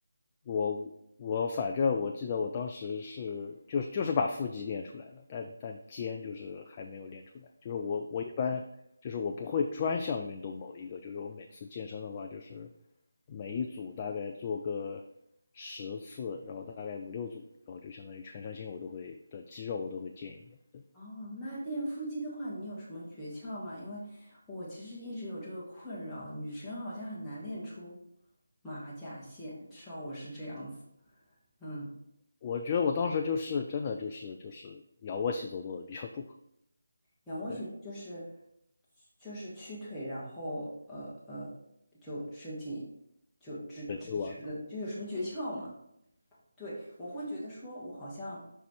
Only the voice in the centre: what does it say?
哦，那练腹肌的话，你有什么诀窍吗？因为我其实一直有这个困扰，女生好像很难练出马甲线，至少我是这样子。嗯，
仰卧起坐就是
就是屈腿，然后呃呃，就身体就直直直的，
就有什么诀窍吗？对，我会觉得说，我好像